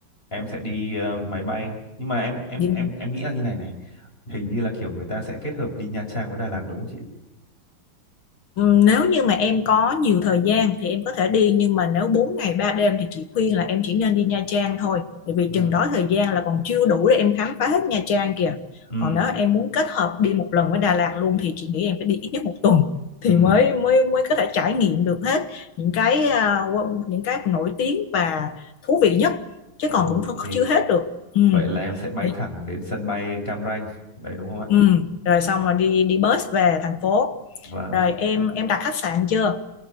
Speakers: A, on the left; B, on the left.
A: em sẽ đi ờ, máy bay. Nhưng mà em em
B: Đi
A: em em nghĩ là như này này, hình như là kiểu người ta sẽ kết hợp đi Nha Trang với Đà Lạt đúng không chị?
B: Ừm, Nếu như mà em có nhiều thời gian thì em có thể đi nhưng mà nếu 4 ngày 3 đêm thì chị khuyên là em chỉ nên đi Nha Trang thôi bởi vì
A: Ừ.
B: chừng đó thời gian là còn chưa đủ để em khám phá hết Nha Trang kìa
A: Ừ.
B: còn nếu em muốn kết hợp đi một lần với Đà Lạt luôn thì chị nghĩ em phải đi ít nhất một tuần thì
A: Ừ.
B: mới mới mới có thể trải nghiệm được hết những cái à, wow, những cái nổi tiếng và thú vị nhất chứ còn
A: Ok.
B: cũng không- chưa hết được Ừm,
A: Vậy là em sẽ bay
B: để-
A: thẳng đến sân bay Cam Ranh. Đấy đúng không ạ?
B: ừm. rồi xong rồi đi đi bus về thành phố
A: Vâng.
B: rồi em em đặt khách sạn chưa